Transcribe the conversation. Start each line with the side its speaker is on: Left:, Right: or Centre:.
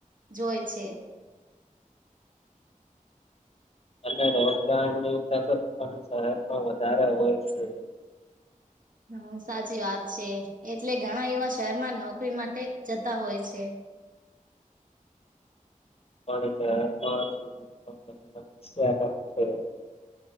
Right: જોય છે
Left: અને રોજગાર ન તો પણ શહેરમાં વધારે હોય છે
Right: હા સાચી વાત છે એટલે ઘણા યુવા શહેરમાં જ નોકરી માટે જતા હોય છે
Left: સમ